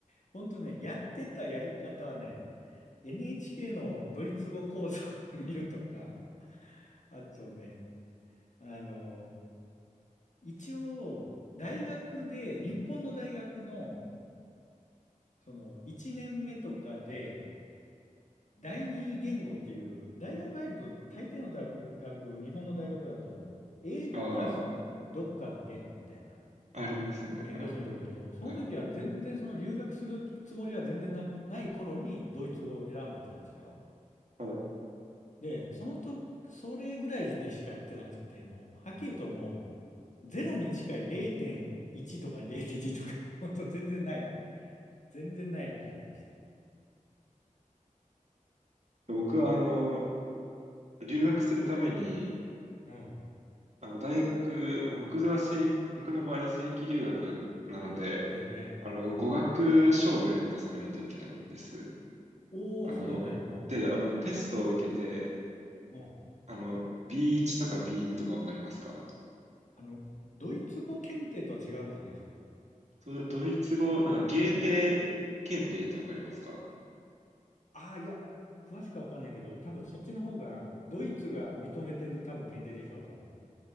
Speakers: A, on the left; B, on the right.
A: 本当ね、やってたやり方はね、NHK のドイツ語講座を <laughs> 見るとか、あとね、あの、一応、大学で、日本の大学の、その、1年目とかで、第二言語っていう、大学入ると、大抵の大学、日本の大学だと、英語プラスどっかの言語みたいな
B: ああ、ありますね。
A: 勉強するんだけど、
B: あります。
A: その時は全然その留学するつもりは全然な、
B: はい。
A: ない頃にドイツ語を選んでたんですよ。
B: はい。
A: で、そのと、それぐらいでしかやってなくて、もう、はっきり言うともう、ゼロに近い0.1とか0.2とか、<laughs> ほんと全然ない、全然ない感じでした。
B: 僕は、あの、留学するために、
A: うん。
B: あの、大学、僕は正、僕の場合、正規留学なので、
A: だよね。
B: あの、
A: うん。
B: 語学証明を出さないといけないんです。
A: おお、
B: あの、
A: そうだよね。
B: で、あの、テストを受けて、
A: うん。うん。
B: あの、B1 とか B2 とかわかりますか
A: あの、ドイツ語検定とは違うんかね、それは。
B: ド、ドイツ語、なんかゲーテ検定ってわかりますか
A: ああ、いや、詳しくはわかんないけど、多分そっちの方が、ドイツが認めてる多分検定でしょ、多分。